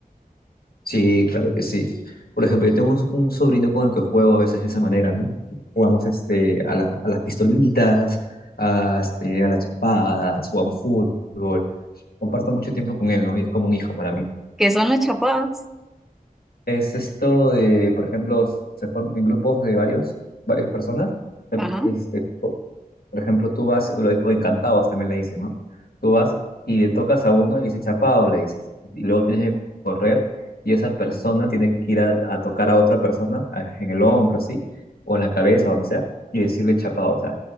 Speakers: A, on the left; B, in the centre.
A: Sí, claro que sí. Por ejemplo, yo tengo un, un sobrino con el que juego a veces de esa manera, ¿no? Jugamos este, a, la- a las pistolitas, a, este, a las chapadas, jugamos fútbol. Comparto mucho tiempo con él, ¿no? Y es como un hijo para mí.
B: ¿Qué son las chapadas?
A: Es esto de, por ejemplo, se forman en grupos de varios, varias personas. Em,
B: Ajá.
A: Este, po- por ejemplo, tú vas, o o encantados también le dicen, ¿no? Tú vas y le tocas a uno y le dices chapado, le dices. Y luego tienes que correr y esa persona tiene que ir a, a tocar a otra persona a- en el hombro, así, o en la cabeza, donde sea, y decirle chapado. O sea,